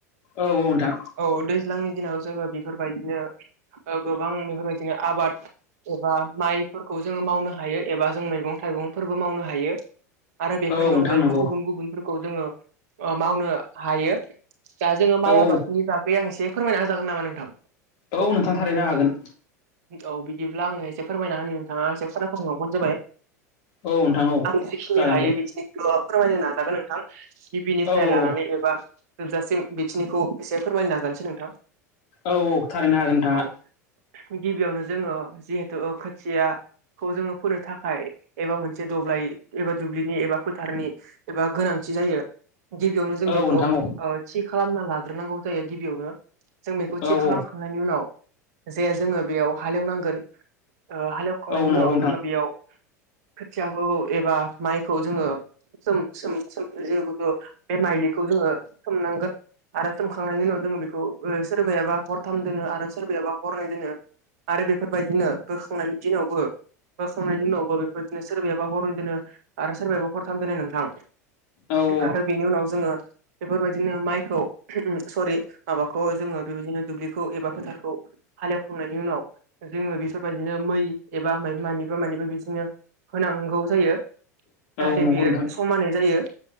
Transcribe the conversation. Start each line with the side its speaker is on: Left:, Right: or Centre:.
Left: औ औ नोंथां
Right: औ दैज्लांनि दिनाव जोङो बेफोरबायदिनो ओ गोबां बेफोरबायदिनो आबाद एबा माइफोरखौ जोङो मावनो हायो एबा जों मैगं थाइ गंफोरबो मावनो हायो। आरो बेफोरनि
Left: औ नोंथां
Right: अनगायैबो
Left: नंगौ
Right: गुबुन गुबुनफोरखौ जोङो ओ मावनो हायो दा जोङो माइ
Left: औ औ
Right: आबादफोरनि थाखाय आं एसे फोरमायना होजागोन नामा नोंथां?
Left: औ नोंथां थारैनो हागोन
Right: औ बिदिब्ला आङो एसे फोरमायना होनो नोंथाङा एसे खोनासंहोलांबानो जाबाय
Left: औ नोंथां औ
Right: आं जेखिनि
Left: जागोन
Right: हायो
Left: दे
Right: बेखिनिखौल' फोरमायनो नाजागोन नोंथां गिबिनिफ्राय
Left: औ औ
Right: लानानै एबा जोबजासिम बेखिनिखौ एसे फोरमायनो नाजानोसै नोंथां
Left: औ औ थारैनो हागोन नोंथाङा
Right: औ गिबियावनो जोङो जिहेतु खोथिया खौ जोङो फोनो थाखाय एबा मोनसे दब्लाय एबा दुब्लिनि एबा फोथारनि एबा गोनां थि जायो गिबियावनो जों
Left: औ
Right: बेखौ
Left: नोंथां औ
Right: थि खालामना लाग्रोनांगौ जायो गिबियावनो जों बेखौ
Left: औ
Right: थि खालामखांनायनि उनाव जे जोङो बेयाव हाल एनांगोन हाले एवखांनायनि
Left: औ नंगौ
Right: उनाव
Left: नोंथां
Right: जोङो बेयाव खोथियाखौ एबा माइखौ जोङो सोम सोम सोम जिथु बे माइलिखौ जोङो सोमनांगोन आरो सोमखांनायनि उनाव जोङो बेखौ सोरबायाबा हरथाम दोनो आरो सोरबायायाबा हरनै दोनो। आरो बेफोरबायदिनो बोखांनायनि दिनावबो बोखांनायनि उनावबो बेफोरदिनो सोरबायाबा हर दोनो आरो सोरबायायाबा हरथाम दोनो नोंथां।
Left: औ औ
Right: आरो बेनि उनाव जोङो बेफोरबायदिनो माइखौ सरि माबाखौ जोङो बेबायदिनो दुब्लिखौ एबा फोथारखौ हाल एवखांनायनि उनाव जोङो बेसोर बाबिदिनो मै एबा मानिबा मानिबा बिदिनो होनांगौ जायो जाहाथे
Left: औ नंगौ
Right: बेयो
Left: नोंथां
Right: समानै जायो।